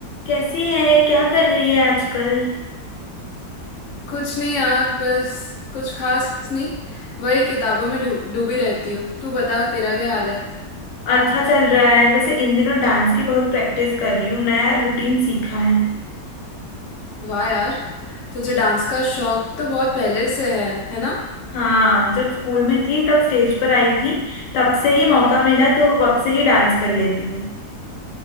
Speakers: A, on the left; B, on the left.
A: कैसी है क्या कर रही है आजकल
B: कुछ नहीं यार बस कुछ खास नहीं वही किताबों में डू- डूबी रहती हूँ तू बता तेरा क्या हाल है
A: अच्छा चल रहा है वैसे इन दिनों डांस की बहुत प्रैक्टिस कर रही हूँ नया रूटीन सीखा है
B: वाह यार तुझे डांस का शौक तो बहुत पहले से है है ना
A: हाँ जब स्कूल में थी तब स्टेज पर आई थी तब से ही मौका मिला तो अब से ही डांस कर लेती हूँ